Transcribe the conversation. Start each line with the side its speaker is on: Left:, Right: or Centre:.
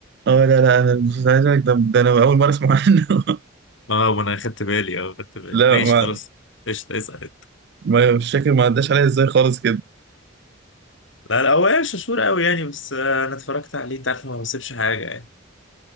Right: اه لا لا انا مش عايز اقولك ده, ده انا اول مره اسمع عنه <laughs>
Left: اه ما انا خدت بالي اه خدت بالي
Right: لا
Left: ماشي
Right: ما
Left: خلاص قشطة اسأل انت
Right: ما مش فاكر ما عداش عليا ازاي خالص كده
Left: لا لا هو يعني شطور قوي يعني بس آه، انا اتفرجت عليه انت عارف ما بسيبش حاجة يعني